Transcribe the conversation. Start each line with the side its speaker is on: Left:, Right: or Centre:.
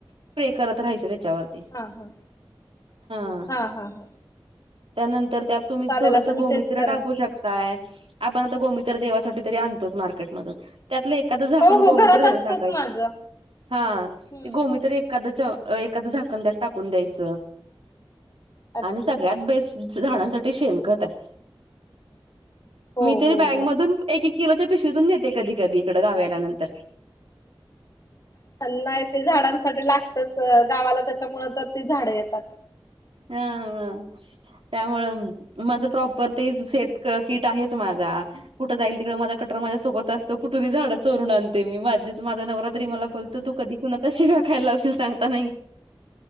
Right: स्प्रे करत राहयच च्यावरती
Left: हा हा
Right: हं.
Left: हा हा हा
Right: त्यानंतर त्यात तुम्ही
Left: चालेल
Right: थोडस
Left: आता मी
Right: गोमित्र
Left: तेच करेन
Right: टाकू शकताय, आपण आता गोमि देवासाठी
Left: हा हा
Right: तरी आणतोच मार्केटमधून त्यातलं एखादं झाकण
Left: हो हो
Right: गोमित्र
Left: घरात असतच
Right: टाकायचं,
Left: माझं
Right: हा
Left: हम्म
Right: ते गोमित्र एक एखादं च एखादं झाकण त्यात टाकून द्यायचं.
Left: अच्छा
Right: आणि सगळ्यात बेस्ट झाडांसाठी शेणखत आहे.
Left: हो
Right: मी तरी
Left: हो
Right: बॅग
Left: हो
Right: मधून एक एक किलोच्या पिशवीतून नेहते कधी कधी इकडं गावी आल्यानंतर.
Left: नाही. ते झाडांसाठी लागतच गावाला तेच्यामुळ तर ती झाडं येतात.
Right: हा हं, त्यामुळ माझं प्रॉपर ते सेट क किट आहेच माझा कुठं जाईल तिकड माझा कॅटर माझ्या सोबत असतो कुठबी झाडं चोरून आणते मी माझे माझ्या नवरा तरी मला बोलतो तू कधी कोणाच्या शिव्या खायला लावशील सांगता नाही